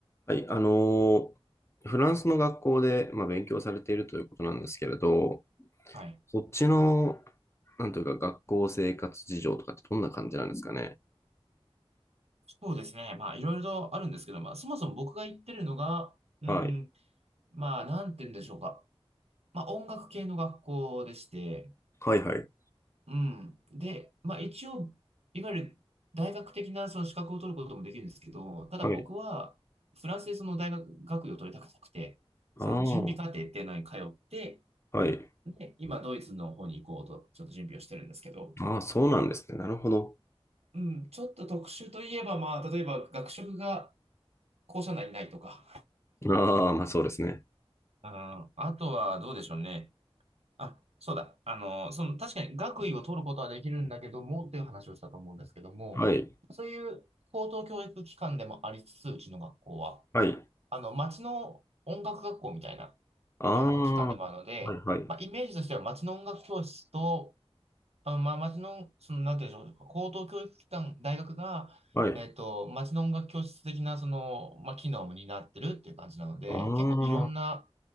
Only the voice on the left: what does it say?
はい、あのーフランスの学校で、まあ、勉強されているということなんですけれど、
そっちの、なんというか、学校生活事情とかってどんな感じなんですかね。
はい。
はいはい。
はい。
ああ、
はい。
ああ、そうなんですね。なるほど。
ああ、まあそうですね。
はい。
はい。
あ
あ、はいはい。
はい。
ああ、